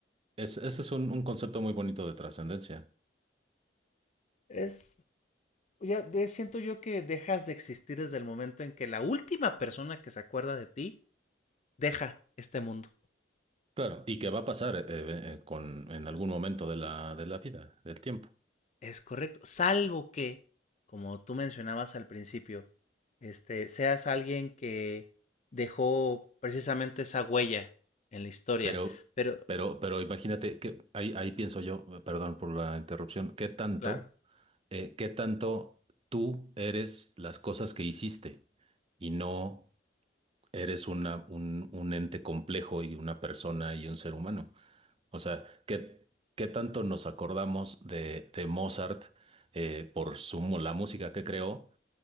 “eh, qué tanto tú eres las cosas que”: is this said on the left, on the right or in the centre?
Right